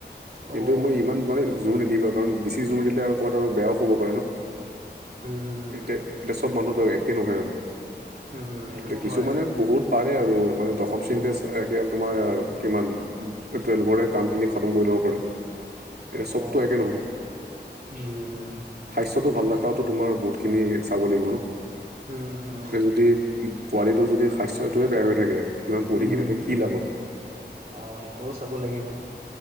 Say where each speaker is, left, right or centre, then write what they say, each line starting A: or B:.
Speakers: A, on the right (about 40°); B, on the right (about 60°).
A: অ', উম,
B: কিন্তু মই ইমান মানে জোৰ নিদিবা কাৰণ বেছি জোৰ দিলে আৰু ক'বাত আৰু বেয়াও হ'ব পাৰে ন
A: হুম,
B: এতিয়া এতিয়া চব মানুহটো একে নহয় আৰু
A: উম, সেইটো
B: এতিয়া কিছু
A: হয়।
B: মানে বহুত পাৰে আৰু মানে দশম শ্ৰেণীতে
A: উম,
B: এয়া তোমাৰ কিমান টুৱেলভৰে কামখিনি খতম কৰি ল'ব পাৰে এতিয়া চবতো
A: অ
B: একে নহয়
A: উম
B: স্বাস্থ্যটো ভাল ৰখাটোো তোমাৰ বহুত খিনি চাব লাগিব ন
A: উম, হুম, উম,
B: এতিয়া যদি পোৱালিটোৰ যদি স্বাস্থ্যটোৱে বেয়া হৈ থাকে ইমান পঢ়ি
A: হোম
B: কিনে তে
A: হোম
B: কি লাভ হ'ল
A: অহ সেইটোও চাব লাগিব